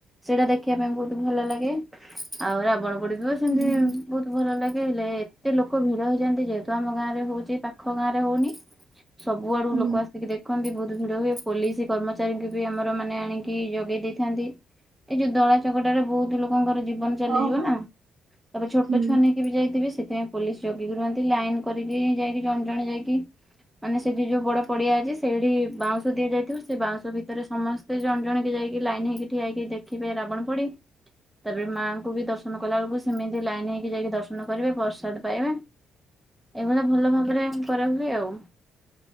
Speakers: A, in the centre; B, on the right.
A: ସେଇଟା ଦେଖିବା ପାଇଁ ବହୁତ ଭଲ ଲାଗେ ଆଉ ରାବଣ ପୋଡି ସେମତି
B: ହୁଁ ହୁଁ।
A: ବହୁତ ଭଲ ଲା ହେଲେ ଏତେ ଲୋକ ଭିଡ ହେଇଯାଆନ୍ତି ଯେ ତ ଆମ ଗାଁ ରେ ହଉଛି ପାଖ ଗାଁ ରେ ହଉନି। ସବୁ ଆଡୁ
B: ହୁଁ
A: ଲୋକ ଆସିକି ଦେଖନ୍ତି ବହୁତ ଭିଡ ହୁଏ ପୋଲିସ କର୍ମଚା ଚାହିଁକି ବି ଆମର ମାନେ ଆଣିକି ଯୋଗେଇ ଦେଇଥାନ୍ତି ଏଇ ଯୋଉ ଦଳା ଚକଟାରେ ବହୁତ ଲୋକଙ୍କର ଜୀଵ ବନ ଚାଲିଯିବ
B: ହଉ ହଉ
A: ନା, ତାପରେ ଛୋଟ
B: ହୁଁ
A: ଛୁଆ ନେଇକି ବି ଯାଇଥିବେ ସେ ସେଥିପାଇଁ ପୋଲିସ ଜଗିକି ରୁହନ୍ତି ଲାଇନ୍ କ <unintelligible> ଯାଇକି ଜଣ ଜଣେ ଯାଇକି ମାନେ ସେଠି ଯୋଉ ବଡ ପଡିଆ ଅଛି ସେଇଠି ବାଉଁଶ ଦିଆ ଯାଇଥିବ, ସେ ବାଉଁଶ ଭିତରେ ସମସ୍ତେ ଜଣ ଜଣକେ ଯାଇକି ଲାଇନ୍ ହେଇକି ଠିଆ ହେଇକି ଦେଖିବେ ରାବଣ ପୋଡି ।ତାପରେ ମାଆଙ୍କୁ ବି ଦର୍ଶନ କଲା ବେଳକୁ ସେମିତି ଲାଇନ୍ ହେଇକି ଯାଇକି ଦର୍ଶନ କରିବେ ପ୍ରସାଦ ପାଇବେ। ଏଇଭଳିଆ ଭଲ ଭାବରେ କରା ହୁଏ ଆଉ।